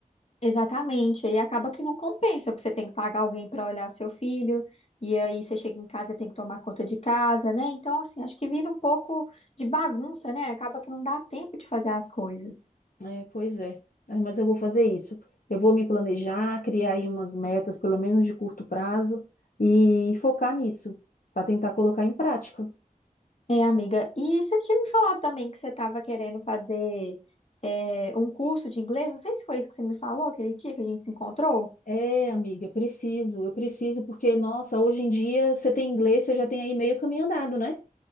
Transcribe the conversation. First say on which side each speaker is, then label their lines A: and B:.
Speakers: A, on the left; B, on the left.
A: Exatamente, aí acaba que não compensa, porque você tem que pagar alguém para olhar o seu filho, e aí você chega em casa e tem que tomar conta de casa, né? Então, assim, acho que vira um pouco de bagunça, né? Acaba que não dá tempo de fazer as coisas.
B: É, pois é. É, Mas eu vou fazer isso. Eu vou me planejar, criar aí umas metas, pelo menos de curto prazo, e focar nisso, para tentar colocar em prática.
A: É, amiga, e você tinha me falado também que você estava querendo fazer é, um curso de inglês, não sei se foi isso que você me falou aquele dia que a gente se encontrou.
B: É, amiga, preciso, eu preciso, porque, nossa, hoje em dia você tem inglês, você já tem aí meio caminho andado, né?